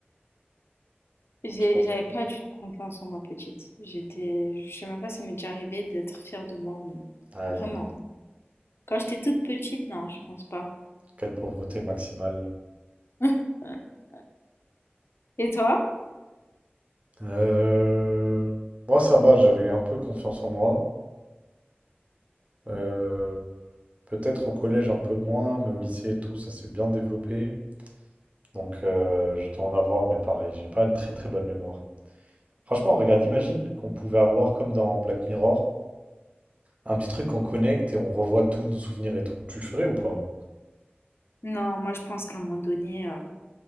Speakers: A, on the left (about 80°); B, on the right (about 35°).
A: J'ai
B: tu t'en souviens?
A: j'avais pas du tout confiance en moi petite. J'étais je sais même pas si ça m'est déjà arrivé d'être fière de moi ou non.
B: Aïe,
A: Vraiment.
B: aïe,
A: Quand j'étais toute petite, non, je pense pas.
B: quelle pauvreté maximale.
A: <laughs> Et toi?
B: Euh, Moi, ça va, j'avais un peu confiance en moi. Euh, Peut-être au collège un peu moins, mais au lycée et tout, ça s'est bien développé. Donc, euh, je dois en avoir, mais pareil, j'ai pas une très très bonne mémoire. Franchement, regarde, imagine qu'on pouvait avoir, comme dans Black Mirror, un petit truc qu'on connecte et on revoit tous nos souvenirs et tout. Tu le ferais ou pas?
A: Non, moi je pense qu'à un moment donné, heu